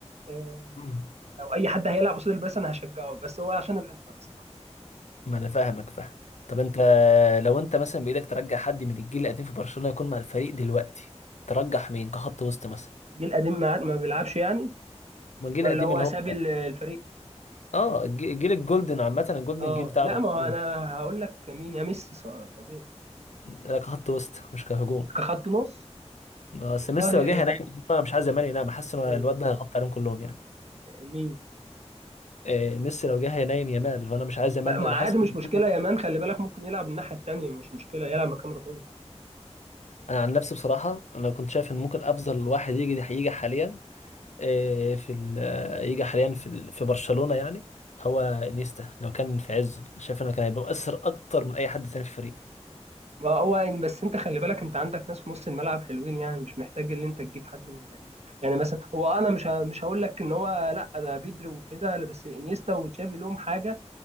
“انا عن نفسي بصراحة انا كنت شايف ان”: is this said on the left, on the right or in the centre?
Left